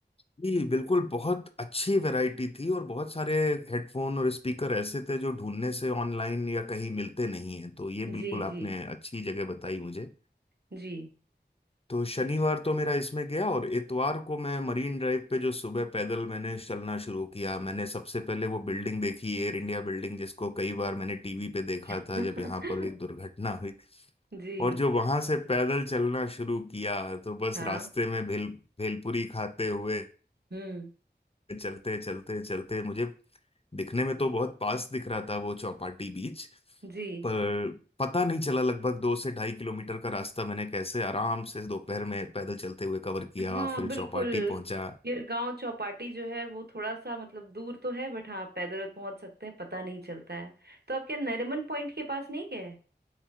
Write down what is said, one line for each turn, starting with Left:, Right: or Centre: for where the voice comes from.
Left: जी बिल्कुल बहुत अच्छी वैरायटी थी और बहुत सारे हेडफोन और स्पीकर ऐसे थे जो ढूंढने से ऑनलाइन या कहीं मिलते नहीं हैं तो ये बिल्कुल
Right: जी
Left: आपने
Right: जी
Left: अच्छी जगह बताई मुझे
Right: जी
Left: तो शनिवार तो मेरा इसमें गया और इतवार को मैं मरीन ड्राइव पे जो सुबह पैदल मैंने चलना शुरू किया मैंने सबसे पहले वो बिल्डिंग देखी एयर इंडिया बिल्डिंग जिसको कई बार मैंने टीवी पे देखा
Right: <laughs>
Left: था जब यहाँ पर एक दुर्घटना हुई
Right: जी
Left: और जो वहां से पैदल चलना शुरू किया तो बस
Right: हाँ
Left: रास्ते में भेल भेलपुरी खाते हुए
Right: हम्म
Left: चलते चलते चलते मुझे दिखने में तो बहुत पास दिख रहा था वो चौपाटी बीच
Right: जी
Left: पर पता नहीं चला लगभग दो से ढाई किलोमीटर का रास्ता मैंने कैसे आराम से दोपहर में पैदल चलते हुए कवर किया
Right: हाँ
Left: फिर
Right: बिल्कुल
Left: चौपाटी पहुंचा
Right: गिरगांव चौपाटी जो है वो थोड़ा सा मतलब दूर तो है बट हाँ पैदल पहुंच सकते हैं पता नहीं चलता है तो आप क्या नरीमन पॉइंट के पास नहीं गए